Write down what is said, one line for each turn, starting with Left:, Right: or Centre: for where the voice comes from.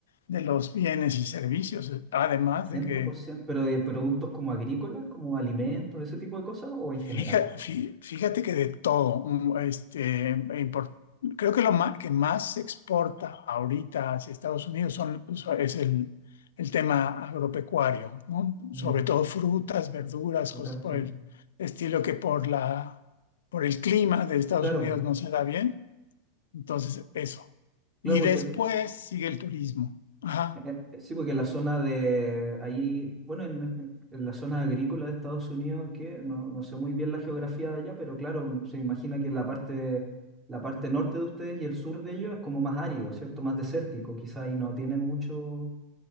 Left: de los bienes y servicios, además
Right: ochenta
Left: de que
Right: por ciento. pero de productos como agrícolas, como alimentos, ese tipo de cosas, o en
Left: Fija-
Right: general.
Left: fí- Fíjate, que de todo, mm, este, e import- creo que lo ma- que más se exporta ahorita hacia Estados Unidos son, so- es el, el tema agropecuario, ¿no?
Right: Mm,
Left: Sobre todo frutas, verduras,
Right: puta,
Left: cosas por
Right: sí.
Left: el estilo que por la, por el clima de Estados
Right: Claro,
Left: Unidos
Right: po.
Left: no se da bien. Entonces, eso.
Right: claro,
Left: Y
Right: porque
Left: después sigue el turismo. Ajá.
Right: Eh, eh, Sí, porque en la zona de ahí, bueno, en, en la zona agrícola de Estados Unidos, que no, no sé muy bien la geografía de allá, pero claro, se imagina que la parte, la parte norte de ustedes y el sur de ellos es como más árido, ¿cierto? Más desértico, quizá ahí no tienen mucho